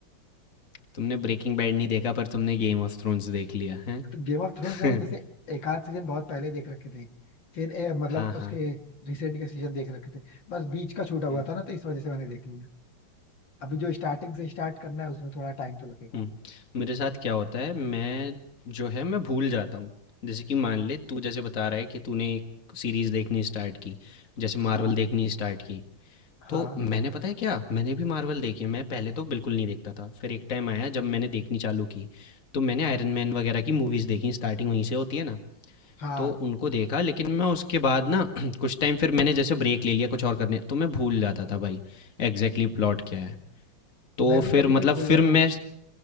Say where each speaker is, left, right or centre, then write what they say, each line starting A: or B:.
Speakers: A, on the left; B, on the left.
A: तुमने ब्रेकिंग बैड नहीं देखा पर तुमने गेम ऑफ थ्रोन्स देख लिया, हैं?
B: तो गेम ऑफ थ्रोन्स
A: <laughs>
B: मैंने जैसे एक आध सीजन बहुत पहले देख रखे थे फिर ए, मतलब
A: हाँ,
B: उसके
A: हाँ।
B: रिसेंट के सीजन देख रखे थे बस बीच का छूटा हुआ
A: हुँ,
B: था ना तो इस वजह से मैंने देख लिया अभी जो स्टार्टिंग से स्टार्ट करना है उसमें थोड़ा टाइम तो लगेगा
A: हुँ। मेरे साथ क्या होता है मैं जो है मैं भूल जाता हूँ। जैसे कि मान ले तू जैसे बता रहा है कि तूने एक सीरीज़ देखनी स्टार्ट की, जैसे मार्वल
B: हाँ
A: देखनी स्टार्ट की।
B: हाँ
A: तो मैंने पता है क्या, मैंने भी मार्वल देखी है, मैं पहले तो बिल्कुल नहीं देखता था, फिर एक टाइम आया जब मैंने देखनी चालू की, तो मैंने आयरन मैन वगैरह की मूवीज़ देखी, स्टार्टिंग वहीं से होती है ना,
B: हाँ
A: तो उनको देखा लेकिन मैं उसके बाद ना <clears throat> कुछ टाइम फिर मैंने जैसे ब्रेक ले लिया कुछ और करने, तो मैं भूल जाता था भाई एग्जैक्टली प्लॉट क्या है। तो
B: मैं भी
A: फिर
B: कभी
A: मतलब
B: कभी भूल
A: फिर
B: जाता
A: मैं
B: हूँ